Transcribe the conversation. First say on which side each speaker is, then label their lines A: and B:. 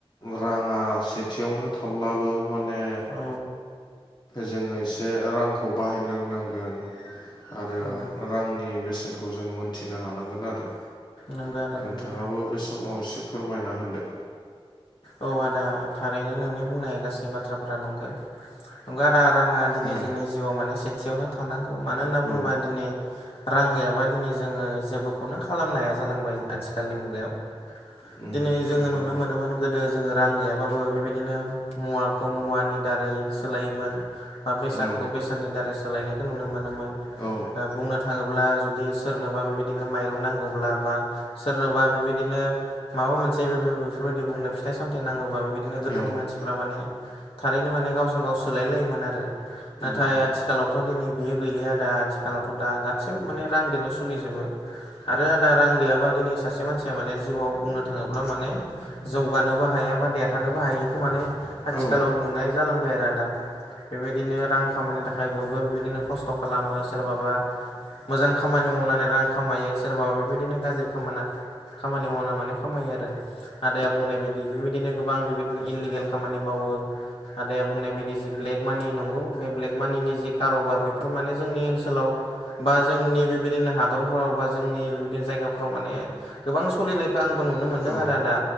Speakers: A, on the left; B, on the left.
A: रांङा सेथियावनो थाब्लाबो माने
B: औ
A: जोङो एसे रांखौ बाहायनो रोंनांगोन। आरो
B: औ
A: रांनि बेसेनखौ जों मोनथिनो हानांगोन आरो।
B: नंगौ आदा
A: नोंथाङाबो
B: नंगौ
A: बे समाव एसे फोरमायना होनदो।
B: औ आदा थारैनो नोंनि बुंनाय गासै बाथ्राफोरा नंगो। नंगो आदा राङा दिनै
A: औ
B: जोंनि जिउआव माने सेथियावनो थानांगौ मानो होनना बुंङोबा
A: औ
B: दिनै रां गैयाबा दिनै जोङो जोब बोखौनो खालामनो हाया जालांबाय आथिखालनि मुगायाव
A: उम
B: दिनै जोङो
A: नंगौ
B: नुनो मोनोमोन गोदो जोङो रां गैयाबाबो बेबायदिनो मुवाखौ मुवानि दारै सोलायोमोन। बा बेसादखौ
A: औ
B: बेसादनि दारै सोलायनायखौ नुनो मोनोमोन।
A: औ उम औ
B: ओ बुंनो थाङोब्ला जुदि सोरनावबा बेबायदिनो माइरं नांगौब्ला बा सोरनावबा बेबायदिनो माबा मोनसे बेफोर बेफोरबायदि बुंनो फिथाइ सामथाय नांगौबा बेबायदिनो गोदोनि
A: नंगौ
B: मानसिफोरा माने थारैनो माने गावजों गाव सोलाय लायोमोन आरो। नाथाय
A: औ
B: आथिखालावथ' दिनै बियो गैलिया दा आथि खालावथ' दा गासैबो माने रांदोनो सलिजोबो। आरो आदा रां गैयाबा दिनै सासे मानसिया माने जिउआव बुंनो थाङोब्ला माने जौगानोबो हाया बा देरहानोबो हायिखो माने आथिखालाव
A: औ
B: नुनाय जालांबाय आरो आदा बेबाय दिनो रां खामायनो थाखाय बयबो बिबायदिनो खस्थ' खालामो सोरबाबा मोजां खामानि मावनानै रां खामायो। सोरबा बेबायदिनो गाज्रि खामाना खामानि मावना माने खामायो आरो आदाया बुंनाय बायदि बेबायदिनो गोबां बेबायदिनो इललिगेल खामानि मावो आदाया बुंनाय बायदि जि ब्लेक मानि नंगौ बे ब्लेक मानिनि जि कारबार बेफो फोर माने जोंनि ओनसोलाव बा जोंनि बेबायदिनो हादरफोराव बा जोंनि बेबायदि जायगाफ्राव माने गोबां सलिनायखो आंबो नुनो मोनदों
A: औ
B: आरो आदा।